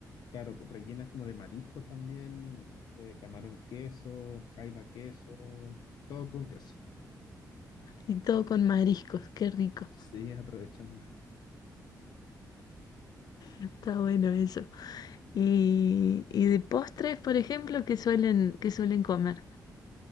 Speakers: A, on the left; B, on the left.
A: claro, rellenas como de marisco también, eh, camarón queso, jaiba queso, todo con queso.
B: Y todo con mariscos, qué rico.
A: Sí, aprovechando.
B: Está bueno eso. Y, y de postres, por ejemplo, que suelen, que suelen comer?